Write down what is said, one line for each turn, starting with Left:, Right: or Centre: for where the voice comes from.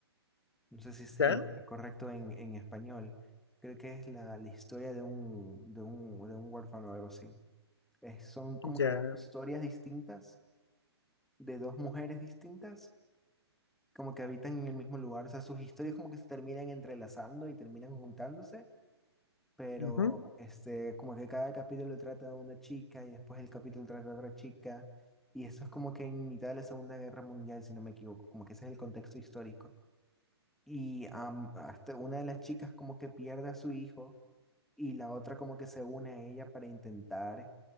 Centre: no sé si ese
Left: ¿ya?
Centre: es el nombre correcto en, en español. Creo que es la, la historia de un, de un, de un huérfano o algo así. Eh, son como
Left: Ya,
Centre: que dos historias distintas de dos mujeres distintas, como que habitan en el mismo lugar, o sea, sus historias como que se terminan entrelazando y terminan juntándose, pero
Left: ujú,
Centre: este, como que cada capítulo trata de una chica y después el capítulo trata de otra chica, y eso es como que en mitad de la Segunda Guerra Mundial, si no me equivoco, como que ese es el contexto histórico. Y am, hasta una de las chicas como que pierde a su hijo y la otra como que se une a ella para intentar